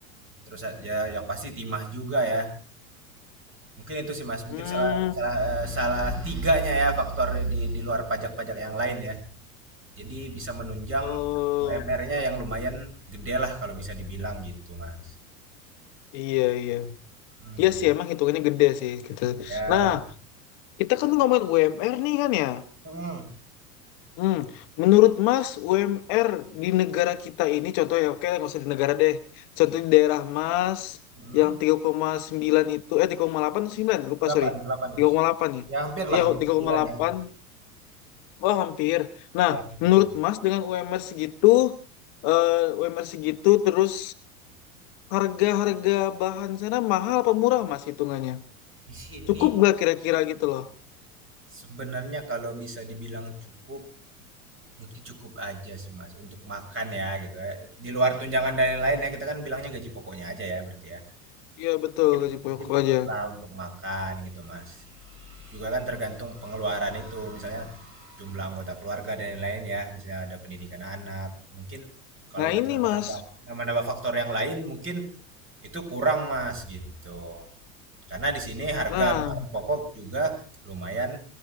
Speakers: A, on the right (about 30°); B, on the left (about 50°).
A: terus a- ya yang pasti timah juga ya. Mungkin itu sih Mas, mungkin
B: Hmm,
A: salah salah eh, salah tiganya ya faktor di di luar pajak-pajak yang lain ya. Jadi bisa menunjang
B: oh.
A: UMR-nya yang lumayan gede lah kalau bisa dibilang gitu Mas.
B: Iya, iya.
A: hmm
B: Iya sih, emang hitungannya gede sih gitu.
A: ya,
B: Nah, kita kan ngomongin UMR nih kan ya.
A: mhm
B: Hmm, menurut Mas, UMR di negara kita ini, contoh ya, oke nggak usah di negara deh. Contoh di daerah Mas,
A: mhm,
B: yang tiga koma sembilan itu, eh 3,8 atau sembilan lupa
A: 8,
B: sorry.
A: 8,
B: tiga
A: Mas.
B: koma delapan ya.
A: Ya hampir lah
B: Iya,
A: hampir
B: kok, tiga
A: 9
B: koma delapan
A: ya.
B: Wah, hampir. Nah,
A: Ya hampir.
B: menurut
A: lah.
B: Mas dengan UMR segitu, eh, UMR segitu, terus harga-harga bahan sana mahal apa murah Mas hitungannya?
A: Di sini
B: Cukup nggak kira-kira gitu loh?
A: sebenarnya kalau bisa dibilang cukup, mungkin cukup aja sih, Mas, untuk makan ya gitu ya. Di luar tunjangan dan lain-lain ya, kita kan bilangnya gaji pokoknya aja ya berarti ya.
B: Iya betul
A: Mungkin
B: gaji pokok
A: mungkin cukup
B: aja.
A: lah untuk makan gitu, Mas. juga kan tergantung pengeluaran itu misalnya jumlah anggota keluarga dan lain-lain ya misalnya ada pendidikan anak mungkin kalau
B: Nah
A: udah
B: ini
A: nambah-nambah
B: mas,
A: nambah-nambah faktor yang lain mungkin itu kurang mas gitu karena di sini harga
B: nah
A: bahan pokok juga lumayan